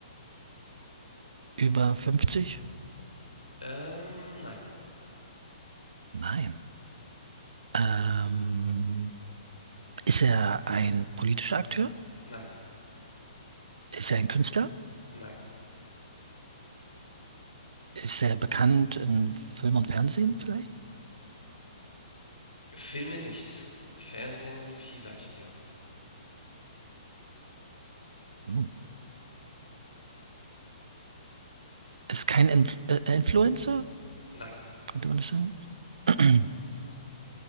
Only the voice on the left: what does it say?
Ähm, nein.
Nein.
Nein.
Filme nicht. Fernsehen vielleicht, ja.
Nein.